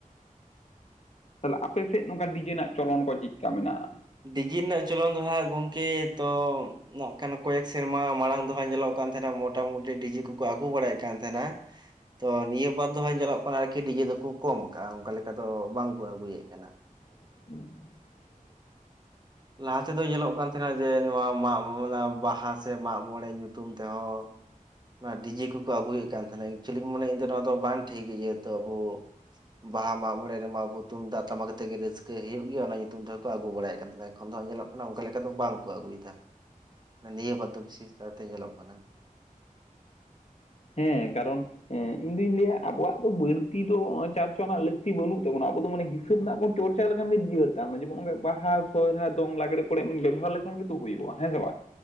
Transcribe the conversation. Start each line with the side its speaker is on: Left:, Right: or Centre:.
Left: ᱛᱟᱞᱮ ᱟᱯᱮ ᱥᱮᱫ ᱱᱚᱝᱠᱟ ᱰᱤᱡᱮᱱᱟᱜ ᱪᱚᱞᱚᱱ ᱠᱚ ᱪᱤᱠᱠᱟ ᱢᱮᱱᱟᱜᱼᱟ?
Right: ᱰᱤᱡᱮ ᱱᱟᱜ ᱪᱚᱞᱚᱱ ᱫᱚ ᱦᱟᱸᱜ ᱜᱚᱝᱠᱮ ᱛᱚ ᱱᱟᱜ ᱠᱷᱟᱱ ᱠᱚᱭᱮᱠ ᱥᱮᱨᱢᱟ ᱢᱟᱲᱟᱝ ᱫᱚᱦᱟᱸᱜ ᱧᱮᱞᱚᱜ ᱠᱟᱱ ᱛᱟᱦᱮᱱᱟ ᱢᱳᱴᱟᱢᱩᱴᱤ ᱰᱤᱡᱮ ᱠᱚᱠᱚ ᱟᱹᱜᱩ ᱵᱟᱲᱟᱭᱮᱫ ᱠᱟᱱ ᱛᱟᱦᱮᱱᱟ ᱾ ᱛᱚ ᱱᱤᱭᱟᱹ ᱵᱟᱫ ᱫᱚᱦᱟᱸᱜ ᱧᱮᱞᱚᱜ ᱠᱟᱱᱟ ᱟᱨᱠᱤ ᱰᱤᱡᱮ ᱫᱚᱠᱚ ᱠᱚᱢ ᱠᱟᱜᱼᱟ ᱚᱝᱠᱟ ᱞᱮᱠᱟ ᱫᱚ ᱵᱟᱝ ᱠᱚ ᱟᱹᱜᱩᱭᱮᱫ ᱠᱟᱱᱟ ᱾
Left: <inaudible>
Right: ᱞᱟᱦᱟ ᱛᱮᱫᱚ ᱧᱮᱞᱚᱜ ᱠᱟᱱ ᱛᱟᱦᱮᱱᱟ ᱡᱮ ᱱᱚᱣᱟ ᱢᱟᱜ ᱢᱚᱱᱟ ᱵᱟᱦᱟ ᱥᱮ ᱢᱟᱜ ᱢᱚᱬᱮ ᱧᱩᱛᱩᱢ ᱛᱮᱦᱚᱸ ᱚᱱᱟ ᱰᱤᱡᱮ ᱠᱚᱠᱚ ᱟᱹᱜᱩᱭᱮᱫ ᱠᱟᱱ ᱛᱟᱦᱮᱱᱟ ᱮᱠᱪᱩᱭᱮᱞᱤ ᱢᱚᱱᱮ ᱤᱧ ᱫᱚ ᱱᱚᱣᱟ ᱫᱚ ᱵᱟᱝ ᱴᱷᱤᱠᱜᱮ ᱡᱮᱦᱮᱛᱩ ᱟᱵᱚ ᱵᱟᱦᱟ ᱢᱟᱜ ᱢᱚᱬᱮ ᱨᱮᱢᱟ ᱛᱩᱢᱫᱟᱹᱜ ᱴᱟᱢᱟᱠ ᱟᱛᱮᱜ ᱜᱮ ᱨᱟᱹᱥᱠᱟᱹ ᱦᱩᱭᱩᱜ ᱜᱮᱭᱟ ᱚᱱᱟ ᱧᱩᱛᱩᱢ ᱛᱮᱦᱚᱸᱠᱚ ᱟᱹᱜᱩ ᱵᱟᱲᱟᱭ ᱠᱟᱱ ᱛᱟᱦᱮᱸ ᱾ ᱮᱠᱷᱚᱱ ᱫᱚ ᱧᱮᱞᱚᱜ ᱠᱟᱱᱟ ᱚᱱᱠᱟ ᱞᱮᱠᱟ ᱫᱚ ᱵᱟᱝ ᱠᱚ ᱟᱹᱜᱩᱭᱫᱟ ᱱᱤᱭᱟᱹ ᱵᱟᱫᱽᱫᱷᱚ ᱵᱤᱥᱮᱥ ᱠᱟᱨᱛᱮ ᱧᱮᱞᱚᱜ ᱠᱟᱱᱟ ᱾
Left: ᱦᱮᱸ ᱠᱟᱨᱚᱱ ᱮ ᱤᱧ ᱫᱩᱧ ᱞᱟᱹᱭᱟ ᱟᱵᱚᱣᱟᱜ ᱫᱚ ᱵᱟᱹᱲᱛᱤ ᱫᱚ ᱪᱟᱨᱪᱚᱢᱟ ᱞᱟᱹᱠᱛᱤ ᱵᱟᱹᱱᱩᱜ ᱛᱟᱵᱚᱱᱟ ᱟᱵᱚ ᱫᱚ ᱢᱟᱱᱮ ᱦᱤᱥᱟᱹᱵ ᱨᱮᱱᱟᱜ ᱵᱚᱱ ᱪᱚᱨᱪᱟ ᱞᱮᱠᱷᱟᱱ ᱜᱮ ᱡᱤᱭᱟᱹᱲ ᱛᱟᱢ ᱡᱮᱢᱚᱱ ᱚᱱᱠᱟ ᱵᱟᱦᱟ ᱥᱚᱨᱦᱟᱭ ᱫᱚᱝ ᱞᱟᱜᱽᱲᱮ ᱠᱚᱨᱮᱢ ᱵᱮᱵᱚᱦᱟᱨ ᱞᱮᱠᱷᱟᱱ ᱠᱷᱟᱱ ᱜᱮ ᱛᱚ ᱦᱩᱭᱩᱜᱼᱟ ᱦᱮᱸ ᱥᱮ ᱵᱟᱝ?